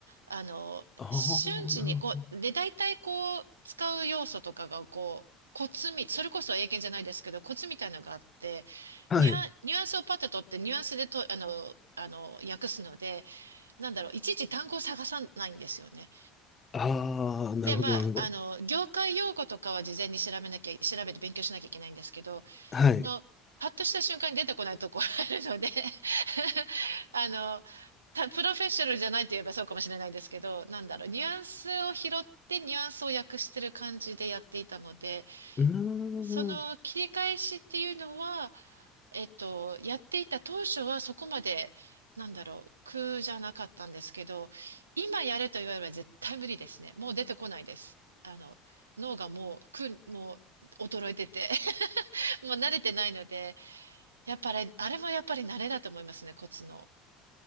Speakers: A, on the right; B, on the left.
A: あの、
B: ああ、
A: 瞬時に、
B: なるほど。
A: こう、で、大体こう、使う要素とかが、こう、コツみ、それこそ英検じゃないですけど、コツみたいなのがあって、
B: はい。
A: ニュアン、ニュアンスをパッと取って、ニュアンスでと、あの、あの、訳すので、なんだろう、いちいち単語を探さないんですよね。
B: ああ、なるほど、
A: で、まあ、
B: なるほど。
A: あの、業界用語とかは事前に調べなきゃ、調べて勉強しなきゃいけないんですけど、
B: はい。
A: その、パッとした瞬間に出てこないとこあるので <laughs> あの、たプロフェッショナルじゃないと言えばそうかもしれないんですけど、なんだろう、ニュアンスを拾ってニュアンスを訳してる感じでやっていたので、
B: うー
A: その切り返しっていうのは、
B: ん。
A: えっと、やっていた当初はそこまで、なんだろう、苦じゃなかったんですけど、今やれと言われれば絶対無理ですね。もう出てこないです。あの、脳がもう、く、もう衰えてて <laughs> もう慣れてないので、やっぱり、あれもやっぱり慣れだと思いますね、コツの。